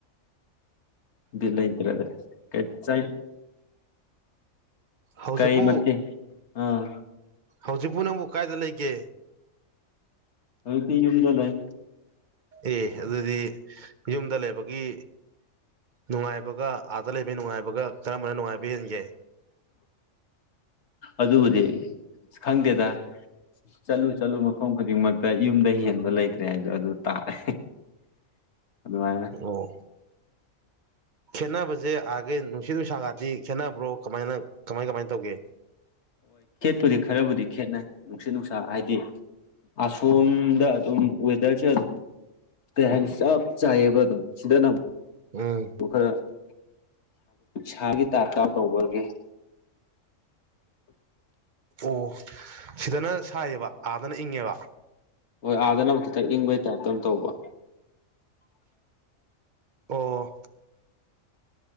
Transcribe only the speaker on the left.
ꯕꯤꯠ ꯂꯩ <unintelligible> ꯀꯩ ꯆꯩ
ꯀꯩ ꯃꯊꯦꯜ ꯑꯥ
ꯍꯧꯖꯤꯛꯇꯤ ꯌꯨꯝꯗ ꯂꯩ
ꯑꯗꯨꯕꯨꯗꯤ ꯑ ꯈꯪꯗꯦꯗ ꯆꯠꯂꯨ ꯆꯠꯂꯨ ꯃꯐꯝ ꯈꯨꯗꯤꯡꯃꯛꯇ ꯌꯨꯝꯗꯩ ꯍꯦꯟꯕ ꯂꯩꯇ꯭ꯔꯦ ꯍꯥꯏꯗꯣ ꯑꯗꯨ ꯇꯥꯔꯦ ꯑꯗꯨꯃꯥꯏꯅ
ꯄꯨꯗꯤ ꯈꯔꯕꯨꯗꯤ ꯈꯦꯠꯅꯩ ꯅꯨꯡꯁꯤꯠ ꯅꯨꯡꯁꯥ ꯍꯥꯏꯗꯤ ꯑꯁꯣꯝꯗ ꯑꯗꯨꯝ ꯋꯦꯗꯔꯁꯦ ꯑꯗꯨꯝ ꯀꯩ ꯍꯥꯏꯅꯤ ꯆꯞ ꯆꯥꯏꯌꯦꯕ ꯑꯗꯨꯝ ꯁꯤꯗꯅ
<unintelligible> ꯁꯥꯒꯦ ꯇꯥꯏꯞꯇ ꯇꯧꯕꯒꯦ
ꯍꯣꯏ ꯑꯥꯗꯅ ꯈꯤꯇꯪ ꯏꯪꯕꯩ ꯇꯥꯏꯞꯇ ꯇꯧꯕ